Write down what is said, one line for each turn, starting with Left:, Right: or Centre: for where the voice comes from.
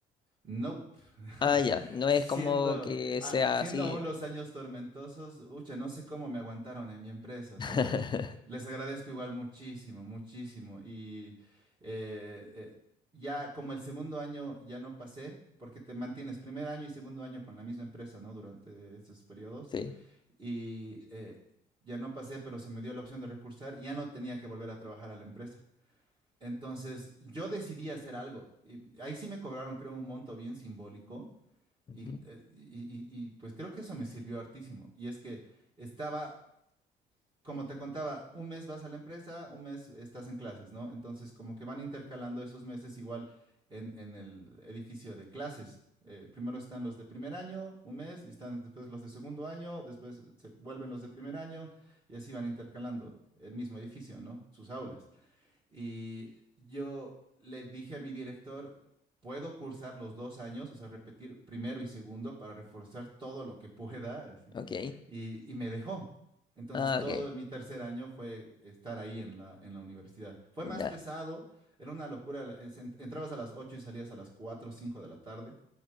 Right: Nope. <laughs>
Left: Ah, ya, no
Right: Siendo,
Left: es como que
Right: a-
Left: sea
Right: siendo
Left: así.
Right: aún los años tormentosos, ucha, no sé cómo me aguantaron en mi empresa,
Left: <laughs>
Right: ¿sabes? Les agradezco igual muchísimo, muchísimo. Y eh, eh, ya como el segundo año ya no pasé, porque te mantienes primer año y segundo año con la misma empresa, ¿no? Durante esos periodos.
Left: Sí.
Right: y eh, ya no pasé, pero se me dio la opción de recursar y ya no tenía que volver a trabajar a la empresa. Entonces yo decidí hacer algo y ahí sí me cobraron, creo, un monto bien simbólico
Left: Ujú.
Right: y, eh, y- y- y, pues creo que eso me sirvió hartísimo. Y es que estaba como te contaba, un mes vas a la empresa, un mes estás en clases, ¿no? Entonces, como que van intercalando esos meses igual en, en el edificio de clases. Eh, primero están los de primer año, un mes, y están después los de segundo año, después se vuelven los de primer año, y así van intercalando el mismo edificio, ¿no? Sus aulas. Y yo le dije a mi director, puedo cursar los dos años, o sea, repetir primero y segundo para reforzar todo lo que pueda, así.
Left: Ok.
Right: Y, y me dejó. Entonces,
Left: Ah,
Right: todo
Left: ok.
Right: mi tercer año fue estar ahí en la, en la universidad. Fue
Left: Ya.
Right: más pesado, era una locura. la- es- en- Entrabas a las 8 y salías a las 4 o 5 de la tarde,